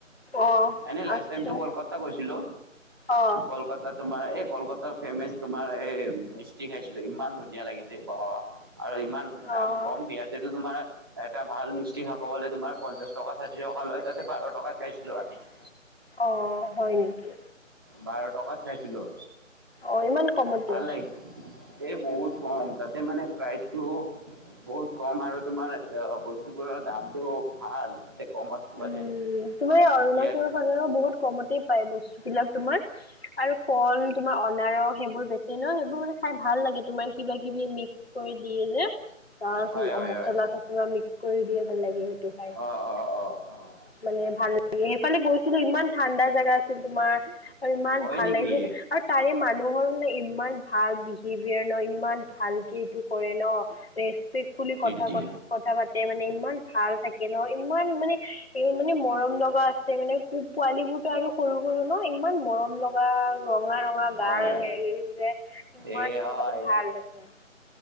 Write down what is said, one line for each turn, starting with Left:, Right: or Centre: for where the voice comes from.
Left: অঁ
Right: এনেই লাষ্ট
Left: আচ্ছা
Right: টাইমটো কলকাতা গৈছিলো,
Left: অঁ
Right: কলকাতাত- তোমাৰ এই কলকাতাৰ ফেমেচ তোমাৰ এই মিষ্টি খাইছিলো, ইমান ধুনী- নীয়া লাগিছে বাহ, আৰু ইমান দাম
Left: অঁ
Right: কম ইয়াতেতো তোমাৰ- এটা ভাল মিষ্টি খাব গ'লে তোমাৰ পঞ্চাশ টকা, ষাঠি টকা লয়, তাতে বাৰ টকাত খাইছিলো আমি। <inaudible>
Left: অঁ হয় নিকি?
Right: বাৰ টকাত খাইছিলো।
Left: অ' ইমান কমতে?
Right: ভাল লাগিল এই বহুত কম, তাতে মানে প্ৰাইচটো- বহুত কম আৰু তোমাৰ বস্তুবোৰৰ দামটো ভাল, তাতে কমত- পোৱা
Left: উম'
Right: যায়।
Left: তোমাৰ এই অৰুণাচল
Right: ইয়াত
Left: ফালেও বহুত কমতে পায় বস্তুবিলাক তোমাৰ। আৰু ফল তোমাৰ অনাৰস সেইবোৰ বেচি ন, সেইবোৰ মানে খাই ভাল লাগে তোমাৰ কিবা- কিবি মিক্স- কৰি দিয়ে যে, তাত
Right: হয় হয়
Left: মচলা
Right: হয়
Left: - চচলা মিক্স কৰি দিয়ে ভাল লাগে সেইটো খায়।
Right: অঁ অঁ অঁ অঁহ।
Left: মানে ভাল লাগে সেইফালে গৈছিলো ইমান ঠাণ্ডা জাগা আছিল তোমাৰ আৰু ইমান
Right: হয়
Left: ভাল
Right: নেকি
Left: লাগিছিল। আৰু তাৰে মানুহৰ ইমান ভাল বিহেভিয়াৰ ন, ইমান ভালকে এইটো কৰে ন। ৰেচপেক ফুলি
Right: তৃপ্তি
Left: কথা পত কথা পাতে মানে ইমান ভাল থাকে ন ইমান মানে- এই মানে মৰম লগা আছে মানে পো পোৱালীবোৰতো আৰু সৰু সৰু ন ইমান মৰম ল- কিবা ৰঙা -ৰঙা গাল
Right: হয় হয়
Left: হেৰি যে কিমান
Right: এই হয়
Left: মানে ভাল দেখে!